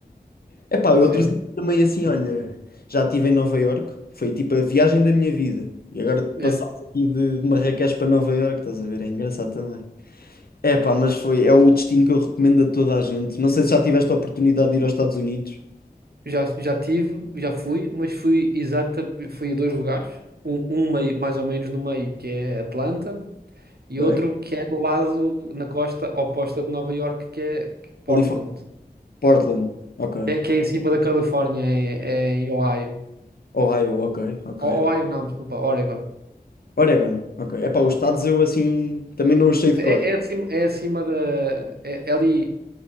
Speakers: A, on the left; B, on the right.
A: Epá, eu
B: Sim.
A: trouxe também assim, olha, já estive em Nova Iorque, foi tipo a viagem da minha vida. E agora passaste
B: Yeah.
A: aqui de de Marrakech para Nova Iorque, estás a ver? É engraçado também. É pá, mas foi, é o destino que eu recomendo a toda a gente. Não sei se já tiveste a oportunidade de ir aos Estados Unidos.
B: Já, já tive, já fui, mas fui exata, fui a dois lugares. Um, um meio, mais ou menos no meio, que é Atlanta, e
A: Ok.
B: outro que é no lado, na costa oposta de Nova York, que é Portland,
A: Califórnia, Portland, ok.
B: que é, que é em cima da Califórnia, é, é em Ohio.
A: Ohio, ok, ok,
B: O-
A: ok.
B: Ohio não, desculpa, Oregon.
A: Oregon, ok. É pá, os estados eu assim também não os sei de
B: É,
A: cor.
B: é acima, é acima da, é, é ali